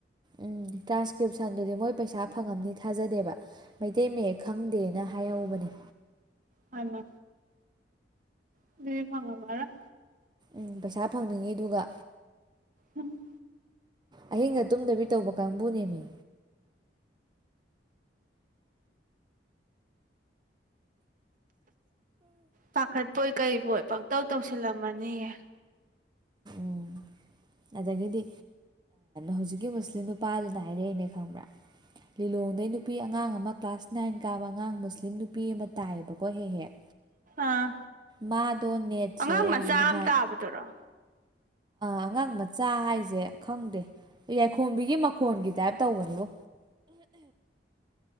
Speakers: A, on the right; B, on the right.
A: ꯎꯝ ꯇ꯭ꯔꯥꯟꯁꯀ꯭ꯔꯤꯞꯁꯟꯗꯨꯗꯤ ꯃꯣꯏ ꯄꯩꯁꯥ ꯐꯪꯉꯝꯅꯤ ꯊꯥꯖꯗꯦꯕ ꯃꯩꯇꯩ ꯃꯌꯦꯛ ꯈꯪꯗꯦꯅ ꯍꯥꯏꯍꯧꯕꯅꯦ
B: ꯍꯥꯏꯃ ꯑꯗꯨꯗꯤ ꯐꯉꯝꯃꯔꯣꯢ
A: ꯎꯝ ꯄꯩꯁꯥ ꯐꯪꯅꯤꯡꯉꯤ ꯗꯨꯒ
B: ꯎꯝ
A: ꯑꯍꯤꯡꯒ ꯇꯨꯝꯗꯕꯤ ꯇꯧꯕ ꯀꯥꯡꯕꯨ ꯅꯦꯝꯃꯤ
B: ꯄꯥꯈꯠꯄꯣꯏ ꯀꯩꯕꯣꯏ ꯄꯪꯇꯧ ꯇꯧꯁꯤꯜꯂꯝꯃꯅꯤꯌꯦ
A: ꯎꯝ ꯑꯗꯒꯤꯗꯤ ꯍꯧꯖꯤꯛꯀꯤ ꯃꯨꯁꯂꯤꯝ ꯅꯨꯄꯥꯗꯨꯅ ꯍꯥꯏꯔꯛꯏꯅꯦ ꯈꯪꯕ꯭ꯔꯥ ꯂꯤꯂꯣꯡꯗꯩ ꯅꯨꯄꯤ ꯑꯉꯥꯡ ꯑꯃ ꯀ꯭ꯂꯥꯁ ꯅꯥꯏꯟ ꯀꯥꯕ ꯑꯉꯥꯡ ꯃꯨꯁꯂꯤꯝ ꯅꯨꯄꯤ ꯑꯃ ꯇꯥꯏꯌꯦꯕꯀꯣ ꯍꯦꯛ ꯍꯦꯛ
B: ꯑꯥ
A: ꯃꯥꯗꯣ ꯅꯦꯠꯁꯦ
B: ꯑꯉꯥꯡ
A: ꯌꯥꯝ
B: ꯃꯆꯥ
A: ꯅꯨꯡꯉꯥꯏ
B: ꯑꯃ ꯇꯥꯕꯗꯨꯔꯣ
A: ꯑꯉꯥꯡ ꯃꯆꯥ ꯍꯥꯏꯁꯦ ꯈꯪꯗꯦ ꯌꯥꯏꯈꯣꯝꯕꯤꯒꯤ ꯃꯈꯣꯟꯒꯤ ꯇꯥꯏꯞ ꯇꯧꯕꯅꯦꯕꯣ